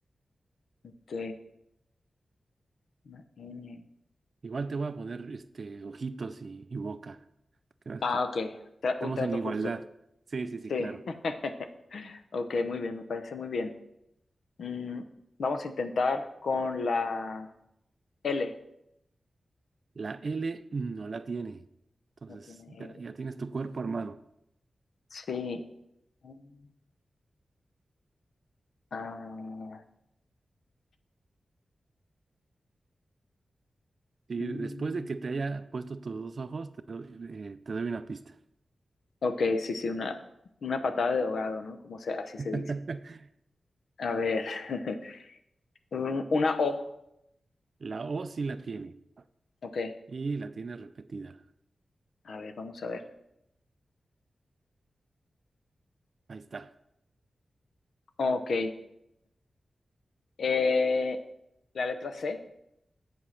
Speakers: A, on the left; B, on the right.
A: Ok. La N.
B: Igual te voy a poner este, ojitos y, y boca. Porque ves
A: Ah,
B: que
A: ok. Tra-
B: estamos
A: un trato
B: en igualdad.
A: justo.
B: Sí, sí, sí,
A: Sí.
B: claro.
A: <laughs> Ok, muy bien, me parece muy bien. Mm, vamos a intentar con la L.
B: La L no la tiene. Entonces
A: No tiene
B: ya,
A: L.
B: ya tienes tu cuerpo armado.
A: Sí. Mm, ah,
B: Y
A: mm.
B: después de que te haya puesto tus dos ojos, te doy eh, te doy una pista.
A: ok, sí, sí, una, una patada de ahogado, ¿no? Como se, así se
B: <laughs>
A: dice. A ver, <laughs> Mm, una O.
B: La O sí la tiene
A: Ok,
B: y la tiene repetida.
A: a ver, vamos a ver.
B: Ahí está.
A: Ok, eh, la letra C.